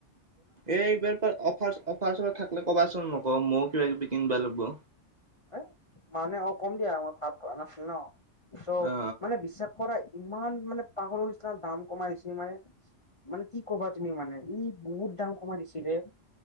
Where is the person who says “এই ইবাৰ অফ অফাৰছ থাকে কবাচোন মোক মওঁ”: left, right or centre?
Right